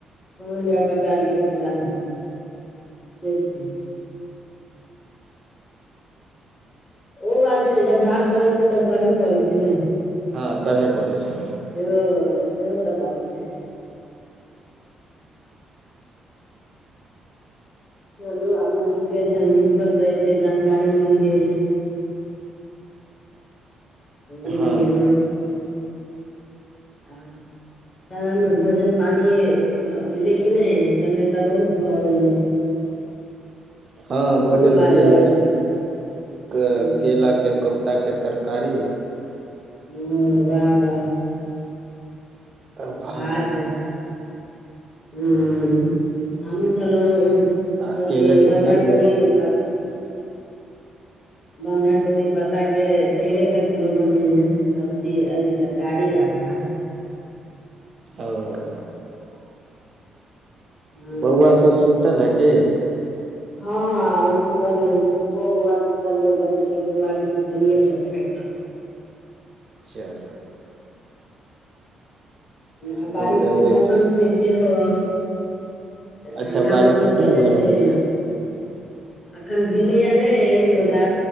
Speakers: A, on the left; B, on the right.
A: तहन जा क टारगेट पूरा हेते से छै ओ बात छै जे जब भार पड़ै छै तब करहे परे छै ने
B: हँ करहे पड़ैत छै
A: सेहो सेहो तऽ बात छैय - चलू अपना सबके जमीन पर तऽ एते जानकारी मिल गेल - बुझी
B: हँ
A: गेलहुँ आब तहन भोजन पानि भेलै कि नहि समय तऽ बहुत भऽ गेलै
B: हँ भोजन
A: दू बाजऽ
B: भेलेया
A: वाला छै हूँ
B: केला क के क टा केँ तरकारी
A: हम्मम वाह वाह
B: आ भात
A: भाते हम्ममम हमूँ छलहुँ
B: आ
A: अथी
B: केले के
A: बन्धा
B: तरुआ
A: कोोबी पत बन्धा कोबी पत्ता के तैरे के छलौ बनेने सब्जी अथी तरकारी आ भात
B: आ-ओ
A: हूँ
B: बौआ सब सुतल है की
A: हँ हँ आइ सुतल हे छोटको बौआ सुतल हे बड़कियो बौआ के सुतेलियै ठोक ठाकि कऽ
B: चलू आन
A: आ
B: दिन
A: बारिशके
B: तऽ रहै
A: मौसम छै सेहो तऽ ठण्ढा
B: अच्छा बारिश
A: मौसम
B: एखने
A: केयने
B: भऽ
A: छै
B: रहल
A: अखन भेले या नहि मुदा